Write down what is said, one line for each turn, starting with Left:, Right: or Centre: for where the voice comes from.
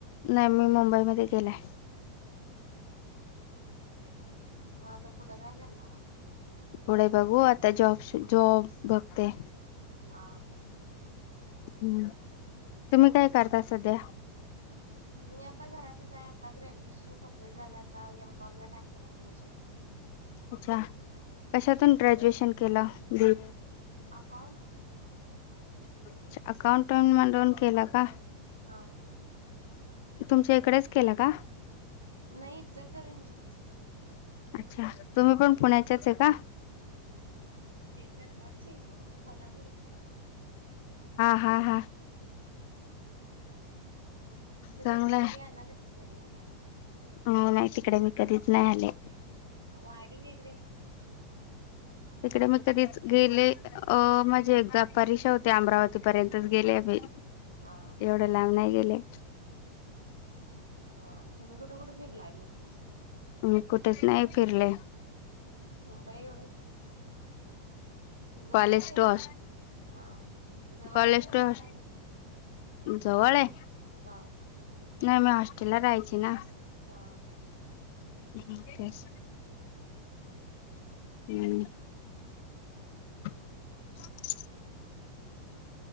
Left: नाही मी मुंबईमध्येध्ये गेलाय
Right: मग आता पुढं काय करणारा
Left: पुढे बघू आता जॉब जॉब बघते
Right: हा
Left: हम्म तुम्ही काय करता सध्या
Right: मी आता घरातच आहे आता ग्रॅज्युएशन कमप्लीट झालं आता एमकॉम ला टाकले ऍडमिशन
Left: अच्छा कशातून ग्रॅज्युएशन केला ब
Right: कान
Left: अछ अकाउट <unintelligible> म न केला का
Right: हा
Left: तुमच्या इकडेच केलं का.
Right: नाही इचलकरंजीत
Left: अच्छा तुम्ही पण पुण्याच्याच आहे का?
Right: दत्तवाड चेईकड कोलपूरीकड
Left: हा हा हा
Right: तुम्ही
Left: चांगला
Right: इकडं कधी आला न ल याबाग <unintelligible>
Left: हं नाही मी तिकडे कधी च नाही आले.
Right: हा वाडी वेगैरे
Left: तिकडे मी कधीच गेले अ म्हणजे एकदा परिक्षा होते अमरावती पर्यंतच गेले मी.
Right: हा
Left: एवढं लाब नाही गेले.
Right: हा तुम्ही कुठे कुठे फिरलाय मग
Left: मी कुठेच नाही फिरले
Right: मुंबई एवढंच जवळ
Left: कॉलेज
Right: की
Left: टू
Right: लांब
Left: हॉस्
Right: हा जवळ
Left: कॉलेज
Right: की लांब
Left: टू हॉस्
Right: आहे.
Left: जवळ
Right: नाशिक
Left: आहे
Right: हा
Left: नाही म ला राहायची ना.
Right: हा
Left: हम तेस हम्म <unintelligible>